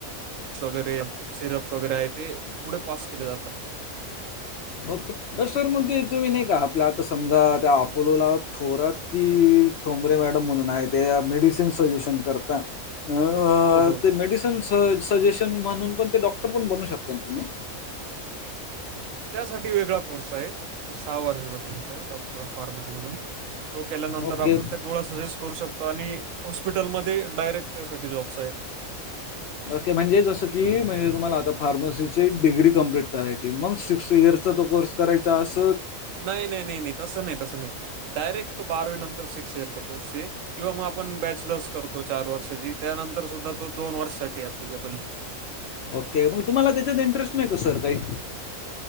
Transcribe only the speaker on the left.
ओके. अह सर मग ते तुम्ही नाही का आपल्या आता समजा त्या अपोलोला थोरात की थोंबरे मॅडम म्हणून आहे ते मेडिसिन सजेशन करता अह
ते मेडिसिन स सजेशन म्हणून पण ते डॉक्टर पण बनू शकता ना तुम्ही?
ओके
ओके म्हणजे जसं की म्हणजे तुम्हाला आता फार्मसीची डिग्री कंप्लीट करायची मग सिक्स इयर्सचा तो कोर्स करायचं अस
ओके मग तुम्हाला त्याच्यात इंटरेस्ट नाही का सर काही